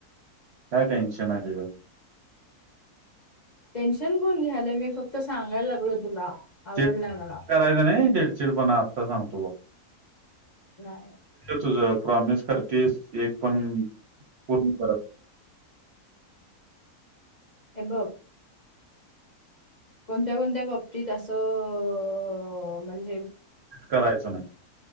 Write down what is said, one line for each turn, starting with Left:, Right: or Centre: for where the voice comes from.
Right: काय टेन्शन आहे त्याच्या वर
Left: टेन्शन कोण घ्यालं मी फक्त सांगायला लागलो तुला आवडलाय
Right: चिडचिड
Left: मला
Right: करायचं नाही चिडचिडपणा आत्ता सांगतो बघ
Left: नाही.
Right: तुझ प्रॉमिस करतेस एक पण पूर्ण करत
Left: हे बघ कोणत्या कोणत्या बाबतीत असं म्हणज
Right: करायचं नाही.